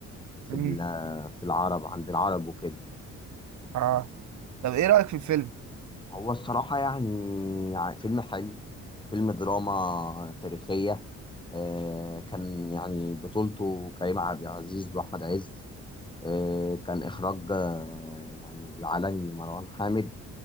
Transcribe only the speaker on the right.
مم.
اه طب ايه رأيك في الفيلم؟